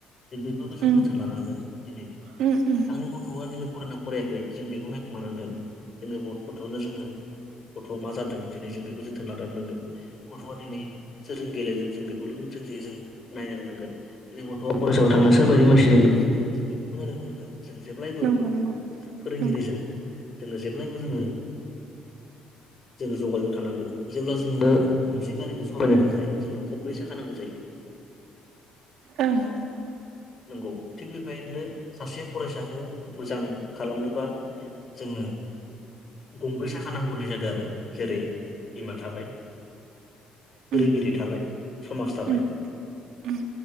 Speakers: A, on the left; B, on the right.
A: दिनै बेफोरखौ जों
B: उम
A: जोथोन लानांगोन दिनै
B: उम उम
A: आंनि गथ'आ दिनै फरायना फरायाखै जों बेखौहाय नायखुमानांगोन जोङो बर गथ'आनो जोङो गथ'आ मा जादों दिनै जों बेखौ जोथोन लानोरोंनांगोन गथ'आ दिनै सोरजों गेलेजों जों बेखौनो जों जै जों नायनो रोंनांगोन जोंनि गथ'आ फरायसााव थांना सोरबायदि मानसिजों लोगो जादों जों बेखौबो नायनो रनांगोन जों जेब्लायबो
B: नंगौ नंगौ
A: फोरोंगिरिजों
B: नंगौ
A: जोङो जेब्लायबो जोङो
B: <inaudible>
A: जोङो जगाजग थानांगोन जेब्ला जोङो गंसे गारिखौ सालायनो थाखाय जोंनो खब्रै साखा नांगौ जायो
B: ओं
A: नंगौ थिग बेबायदिनो सासे फरायसाखौ मोजां खालामनोबा जोंनो गंबै साखा नांगौ होननाय जादों आरो जेरै बिमा थाबाय फोरोंगिरि
B: उम
A: थाबाय समाज थाबाय
B: उम उम